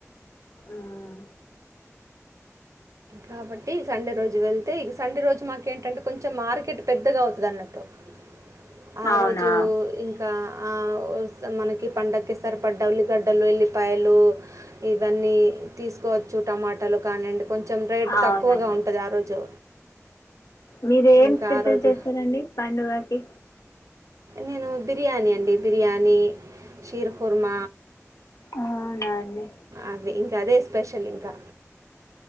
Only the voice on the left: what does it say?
మ్మ్.
అవునా
అవునండి
మీరు ఏం
స్పెషల్
చేస్తారండి, పండుగకి
అవునా అండి